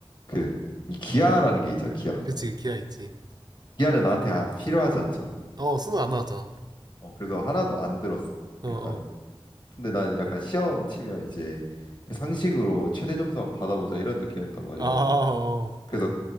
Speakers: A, on the left (about 50°); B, on the right (about 45°).
A: 그이 기아라는 게 있잖아 기아
B: 그치, 기아 있지.
A: 기아는 나한테 아- 필요하지 않잖아
B: 어, 수능 안 나왔잖아.
A: 어 그래서 하나도 안 들었어
B: 어,
A: 일단은
B: 어.
A: 근데 난 약간 시험 치면 이제 상식으로 최대 점수 한번 받아보자 이런 느낌이었단 말이야.
B: 아, 어.
A: 그래서